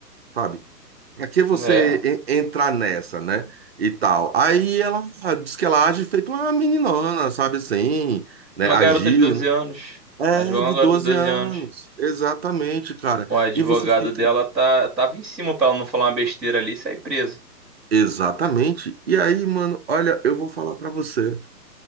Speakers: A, on the right; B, in the centre.
A: sabe? Pra que você
B: É.
A: en- entrar nessa, né? E tal. Aí ela diz que ela age feito uma meninona, sabe assim, né?
B: Uma
A: Agiu,
B: garota de 12
A: né?
B: anos.
A: É,
B: Ela jogou
A: de
B: uma garota
A: 12
B: de 12
A: anos.
B: anos.
A: Exatamente, cara.
B: O advogado
A: E você fica.
B: dela tá, tava em cima pra ela não falar uma besteira ali e sair presa.
A: Exatamente. E aí, mano, olha, eu vou falar pra você.